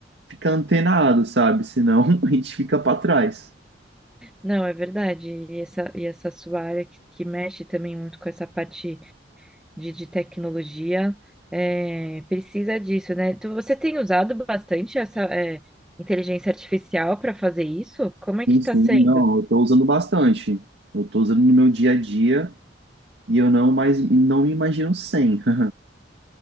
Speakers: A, on the right; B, in the centre.
A: ficar antenado, sabe? Senão <laughs> a gente fica para trás.
B: não, é verdade. E essa, e essa sua área que, que mexe também muito com essa parte de, de tecnologia, é, precisa disso, né? Tu- você tem usado bastante essa, é, inteligência artificial para fazer isso? Como é que
A: Sim,
B: está
A: sim,
B: sendo?
A: não, eu tô usando bastante. Eu tô usando no meu dia a dia. E eu não mais não me imagino sem. <laughs>